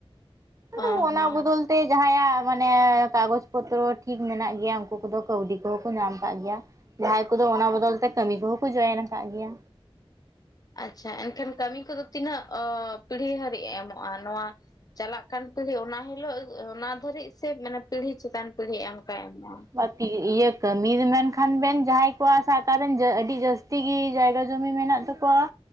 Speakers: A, on the right; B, on the left.
A: ᱟᱫᱚ
B: ᱚ
A: ᱚᱱᱟ
B: ᱦᱚᱸ
A: ᱵᱚᱫᱚᱞᱼᱼ ᱛᱮ ᱡᱟᱦᱟᱸᱭᱟᱜ ᱢᱟᱱᱮ ᱠᱟᱜᱚᱡᱽ ᱯᱚᱛᱨᱚ ᱴᱷᱤᱠ ᱢᱮᱱᱟᱜ ᱜᱮᱭᱟ ᱩᱝᱠᱩ ᱠᱚᱫᱚ ᱠᱟᱹᱣᱰᱤ ᱠᱚᱦᱚᱸ ᱠᱚ ᱧᱟᱢ ᱠᱟᱜ ᱜᱮᱭᱟ᱾ ᱡᱟᱦᱟᱸᱭ ᱠᱚᱫᱚ ᱚᱱᱟ ᱵᱚᱫᱚᱞ ᱛᱮ ᱠᱟᱹᱢᱤ ᱠᱚᱦᱚᱸ ᱠᱚ ᱡᱚᱭᱮᱱ ᱟᱠᱟᱜ ᱜᱮᱭᱟ᱾
B: ᱟᱪᱪᱷᱟ ᱮᱱᱠᱷᱟᱱ ᱠᱟᱹᱢᱤ ᱠᱚᱫᱚ ᱛᱤᱱᱟᱹᱜ ᱯᱤᱲᱦᱤ ᱦᱟᱹᱨᱤᱡ ᱮ ᱮᱢᱚᱜᱼᱟ ᱱᱚᱣᱟ᱾ ᱪᱟᱞᱟᱜ ᱠᱟᱱ ᱯᱤᱲᱦᱤ ᱚᱱᱟ ᱦᱤᱞᱳᱜ ᱚᱱᱟ᱾ ᱫᱷᱟᱹᱨᱤᱡ ᱥᱮ ᱢᱟᱱᱮ ᱯᱤᱲᱦᱤ ᱪᱮᱛᱟᱱ ᱯᱤᱲᱦᱤ ᱚᱱᱠᱟᱭ ᱮᱢᱚᱜᱼᱟᱭ
A: ᱵᱟᱠᱤ ᱤᱭᱟᱹ ᱠᱟᱹᱢᱤ ᱢᱮᱱᱠᱷᱟᱱ ᱵᱮᱱ ᱡᱟᱦᱟᱸᱭ ᱠᱚᱣᱟᱜ ᱥᱟᱜ ᱠᱟᱜ ᱠᱮᱱ ᱡᱟᱹ ᱟᱹᱰᱤ ᱡᱟᱹᱥᱛᱤ ᱜᱤ ᱡᱟᱭᱜᱟ ᱡᱚᱢᱤ ᱢᱮᱱᱟᱜ ᱛᱟᱠᱚᱼᱼ ᱠᱚᱭᱟ